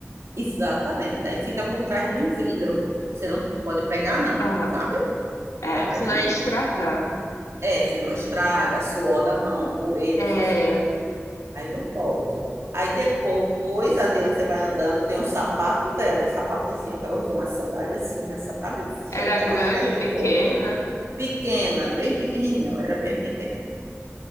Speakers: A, on the right (about 65°); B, on the left (about 85°).
A: Exatamente. Aí fica por trás de um vidro. Você não pode pegar, não,
B: Ah,
A: sabe?
B: é,
A: Fica atrás
B: senão
A: de um
B: ia
A: vidro.
B: estragar.
A: É, senão estraga, suor da mão, poeira,
B: É,
A: essas coisas. Aí não pode. Aí depois, adiante, você vai andando, tem um sapato dela, um sapatozinho que ela usou, uma sandáliazinha, sabe?
B: era
A: Feita,
B: grande,
A: ela acho que é de
B: pequena.
A: couro. Pequena, bem pequenininha, ela era bem pequena.